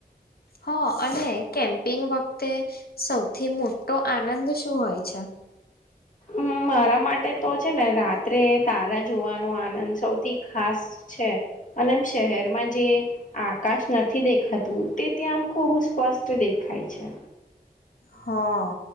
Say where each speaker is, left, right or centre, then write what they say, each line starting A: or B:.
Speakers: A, on the left (about 70°); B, on the left (about 50°).
A: હા અને કેમ્પિંગ વખતે સૌથી મોટો આનંદ શું હોય છે?
B: અમ મારા માટે તો છે ને રાત્રે તારા જોવાનો આનંદ સૌથી ખાસ છે. અને આમ શહેરમાં જે આકાશ ન નથી દેખાતું તે ત્યાં આમ ખૂબ સ્પષ્ટ દેખાય છે.
A: હહ